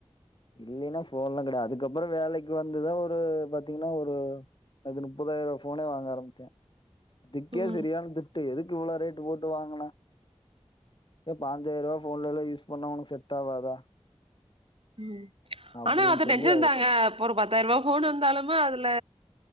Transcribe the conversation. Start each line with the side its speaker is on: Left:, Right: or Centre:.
Left: இல்லினா போன்லா கெடையாது அதுக்கப்பறோ வேலைக்கு வந்துதா ஒரு பாத்திங்கன்னா ஒரு அது முப்பதாயிருவா போனே வாங்க ஆரம்பிச்சே அதுகே
Right: ம்
Left: செரியான திட் டு எதுக்கு இவ்ளோ ரேட்டு போட்டு வாங்கனா ஏ பாஞ்சாயிருவா போன்லலா யூஸ் பண்ணா உனக் செ்ட் ஆவாதா
Right: ம்
Left: அப்படின்னு
Right: ஆனா அது
Left: சொல்லி
Right: நெஜோதாங்க இப்பொரு பத்தாயிருவா போனு வந்தாலுமு அதுல